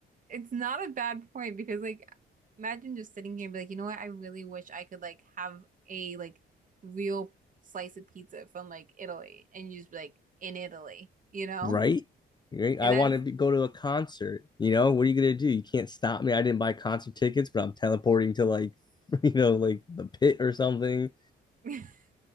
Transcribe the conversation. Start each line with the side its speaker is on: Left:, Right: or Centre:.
Right: it's not a bad point because like imagine just sitting here and be like, you know what? I really wish I could like have a like real slice of pizza from like Italy and you just be like in Italy, you know?
Left: Right? Right? I
Right: And that's
Left: want to be, go to a concert. You know, what are you gonna do? You can't stop me. I didn't buy concert tickets, but I'm teleporting to like, <laughs> you know, like the pit or something,
Right: <laughs>